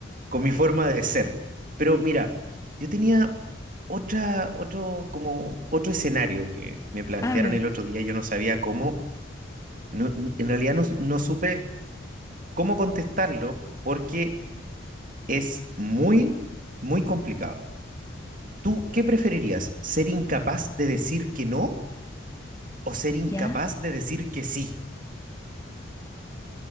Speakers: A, on the right; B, on the left.
A: con mi forma de ser. Pero mira, yo tenía otra, otro, como otro escenario que me plantearon
B: A ver,
A: el otro día, yo no sabía cómo, no- en realidad no, no supe cómo contestarlo porque es muy, muy complicado. ¿Tú qué preferirías? ¿Ser incapaz de decir que no o ser
B: ¿ya?
A: incapaz de decir que sí?